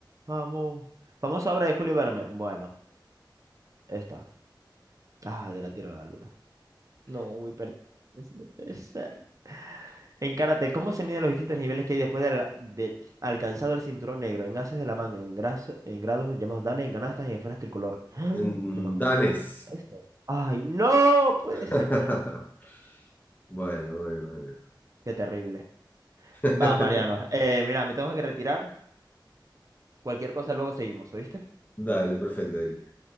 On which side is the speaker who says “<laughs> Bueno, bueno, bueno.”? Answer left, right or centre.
Left